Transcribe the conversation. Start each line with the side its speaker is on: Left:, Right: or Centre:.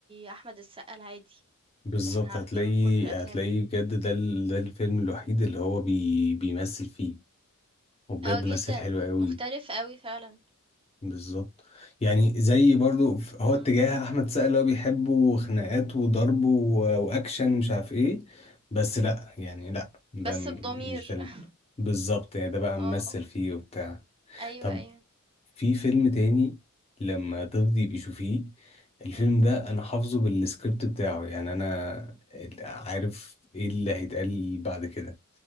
Right: أحمد السقا العادي،
Left: بالظبط
Right: اللي إحنا عارفينه
Left: هتلاقيه
Right: في كل الأفلام.
Left: هتلاقيه بجد ده ال- ده الفيلم الوحيد اللي هو بي بيمثل فيه وبجد
Right: آه جدًا،
Left: مثل حلو قوي
Right: مختلف أوي فعلًا.
Left: بالظبط يعني زي برضو ف- هو
Right: إمم.
Left: اتجاه احمد سقا اللي هو بيحبه خناقات وضرب و- واكشن ومش عارف ايه بس لا يعني لا ده
Right: بس
Left: م-
Right: بضمير.
Left: مش ده ال-
Right: <laughs>
Left: بالظبط يعني ده بقى
Right: آه،
Left: ممثل فيه وبتاع
Right: أيوه،
Left: طب
Right: أيوه.
Left: في فيلم تاني لما تفضي بيشوفيه الفيلم
Right: إمم.
Left: ده انا حافظه بالسكريبت بتاعه يعني انا ال- عارف ايه اللي هيتقال بعد كده